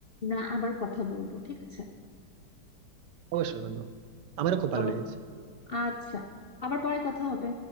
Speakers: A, on the left; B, on the right.
A: না আবার কথা বলবো ঠিক আছে
B: অবশ্যই বন্ধু আমারও খুব ভালো
A: ও,
B: লেগেছে
A: আচ্ছা আবার পরে কথা হবে